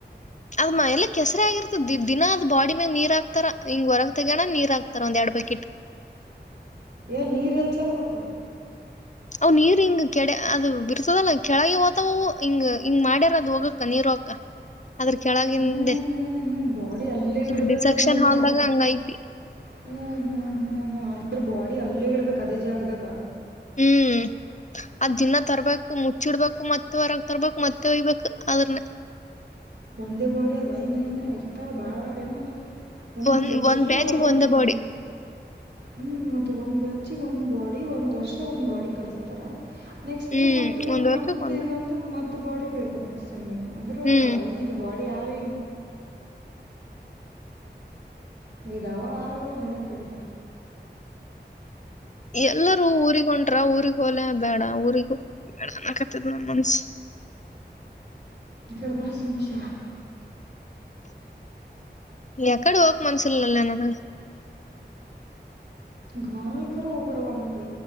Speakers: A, on the left; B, on the right.
A: ಅದ್ಮ ಎಲ್ಲ ಕೆಸರ ಆಗಿರ್ತದ ದ ದಿನಾ ಅದ್ ಬಾಡಿ ಮ್ಯಾಗ ನೀರಾಕ್ತರ ಹಿಂಗ್ ಹೊರಗ ತಗೋಣ ನೀರ್ ಹಾಕ್ತಾರ ಒಂದ್ ಎರಡ್ ಬಕೆಟ್
B: ಎಲ್ ನೀರ್ ಎಲ್ ಚಲ್ಬೇಕು
A: ಅವ ನೀರ್ ಹಿಂಗ ಕೆಡೆ ಅದು ಬಿರ್ತದಲ್ಲ ಕೆಳಗೆ ಹೋತದವು ಹಿಂಗ ಹಿಂಗ್ ಮಾಡ್ಯಾರ ಅದ ಹೋಗಕ್ಕ ನೀರ್ ಹೋಗಕ್ಕ ಅದ್ರ ಕೆಳಗಿಂದೆ
B: ಹ್ಮ್ ಹ್ಮ್ ಹ್ಮ್ ಬಾಡಿ ಅಲ್ಲೇ
A: ಅದ್
B: ಇಡ್ಬೇಕಂದ್ರೆ
A: ಡಿಸೆಕ್ಷನ್
B: ನೀವು
A: ಹಾಲ್ದಾಗ ಹಂಗ ಐತಿ
B: ಹ್ಮ್ ಹ್ಮ್ ಹ್ಮ್ ಹ್ಮ್ ಅಂದ್ರೆ ಬಾಡಿ ಅಲ್ಲೇ ಇಡ ಅದೇ ಜಾಗದಾಗ
A: ಹ್ಮ್ ಅದ ದಿನ ತರ್ಬೇಕು ಮುಚ್ಚಿಡ್ಬೇಕು ಮತ್ತೆ ಹೊರಗ್ ತರ್ಬೇಕು ಮತ್ತೆ ಒಯ್ಬೇಕು ಅದನ್ನ
B: ಒಂದೇ ಬಾಡಿ ಅದ ಇನ್ನ ಏನ ಇರ್ತಾವ ಬಾಳವೆನಲ್ಲ ಒಂದೊಂದ್
A: ಒಂದ್
B: ಸೆಮಿಸ್ಟ್ರಗ್
A: ಒಂದ್ ಬ್ಯಾಚಿಗೆ
B: ಒಬ್ಬಬ್ರಗ
A: ಒಂದೇ ಬಾಡಿ
B: ಒಂದು ಹ್ಮ ಮತ್ತೆ ಒಂದ್ ಬೆಳಚಿಗೆ ಒಂದ್ ಬಾಡಿ ಒಂದ್ ವರ್ಷ ಒಂದ್ ಬಾಡಿ ಕಲಸ್ತಾರ ನೆಕ್ಸ್ಟ್
A: ಹ್ಮ್
B: ಮತ್ತು
A: ಒಂದ್
B: ಮತ್ತೇನಂದು
A: ವರ್ಷಕ್ ಒಂದ್
B: ಮ ಬಾಡಿಬೇಕು ನೆಕ್ಸ್ಟ್ ಸೆಮಿಗೆ ಅಂದರೂ
A: ಹ್ಮ್
B: ಐದು ಬಾಡಿ ಆ <inaudible> ಹೈದವ ಹಾರವೋ ನಡ ಕಡಿ
A: ಎಲ್ಲರೂ ಊರಿಗೊಂಟರ ಊರಿಗ್ ಹೊಲ ಬೇಡ ಊರಿಗೂ ಬೇಡಕತ್ತದ ನಮ್ಮ್ ಮನ್ಸ
B: ಇರ್ ಬಾರ ಸುಮಶ
A: ಎಕಡೆ ಹಕ ಮನುಷಲಲ್ಲ ನನ
B: ಗಾನ ಕರ ಗಡ ಅವ ಕೈ